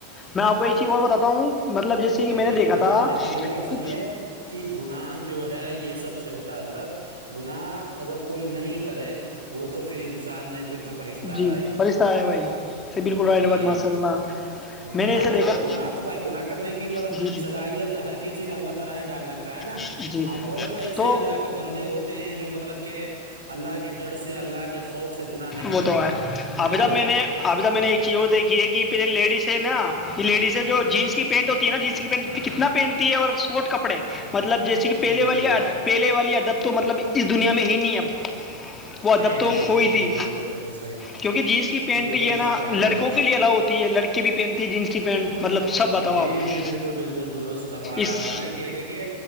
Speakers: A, on the left; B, on the right.
A: میں آپ کو یہ چیز باتا ہوں مطلب جیسے کہ
B: دیکھیے
A: میں نے دیکھا
B: گناہ
A: تھا
B: دیکھیے میری بات سنیے
A: کہ
B: کہ گناہ جو ہے یہ سب سے ہوتا حضرت گناہ اگر کوئی نہیں کرے وہ تو پھر انسان نہیں پھر تو فرشتہ
A: جی
B: ہے بھائی
A: فرشتہ آیا بھائی بالکل
B: جی
A: رباد ماشاء اللہ میں
B: گناہ
A: نے اسے دیکھا
B: تو گناہ تو بھائی گناہ کی ملب
A: جی
B: صلاحیت ہر کسی میں اللہ تعالی نے ڈال رکھا ہے نا
A: جی جی
B: ہاں کوئی کوئی ایسے
A: تو
B: اللہ کے بندے ہوتے ہیں جو مطلب کہ اللہ کے ڈر سے اللہ کے خوف سے گناہ نہیں
A: وہ
B: کرتے
A: تو ہے
B: ہیں ہے
A: اب
B: کہ نہیں
A: جب میں نے اب جب میں نے ایک چیز اور دیکھی ہے کہ پے لیڈیز ہے نا لیڈیز ہے جو جینس پینٹ ہوتی ہے نا جس کی پینٹ تو کتنا پہنتی ہے اور سوٹ کپڑے مطلب جیسے کہ پہلے
B: جی
A: والی پہل والی تو مطلب اس دنیا میں ہی نہیں اب وہ ادب
B: ہے نہیں
A: تو کھوئی
B: جی
A: تھی
B: جی بالکل بالکل صحیح بات
A: کیونکہ جینس کی پینٹ
B: بالکل
A: یہ ہے نا
B: صحیح
A: لڑکوں
B: بات
A: کے لیے الاؤ ہوتی ہے لڑکے بھی پہنتی ہے جینس کی پینٹ مطلب سب بتاؤ
B: جی
A: آپ
B: جی جی بالکل بالکل درست فرمایا
A: اس
B: آپ نے کہ دیکھیے